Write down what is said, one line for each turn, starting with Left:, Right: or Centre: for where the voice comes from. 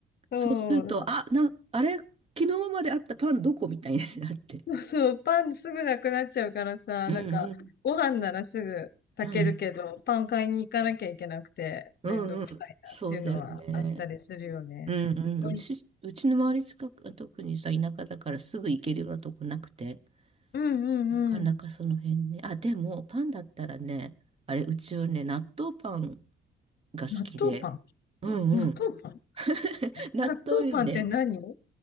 Left: そう、
Right: そうすると、あ、な、あれ、昨日まであったパンどこみたいになって。
Left: そう、パンすぐなくなっちゃうからさ、
Right: うんうん。
Left: なんか、ご飯ならすぐ炊けるけど、
Right: うん。
Left: パン買いに行かなきゃいけなくて、
Right: うんうん。
Left: めんどくさいなっていうのはあったりするよね。
Right: そうだよね。うんうん、
Left: うん
Right: うち、うちの周り近く、特にさ、田舎だからすぐ行けるようなとこなくて、
Left: うんうんうん。
Right: なかなかその辺ね。あ、でも、パンだったらね、あれ、うちはね、納豆パンが好きで、
Left: 納豆パン
Right: うんうん。
Left: 納豆パン
Right: <laughs> 納豆よね。
Left: 納豆パンって何うん、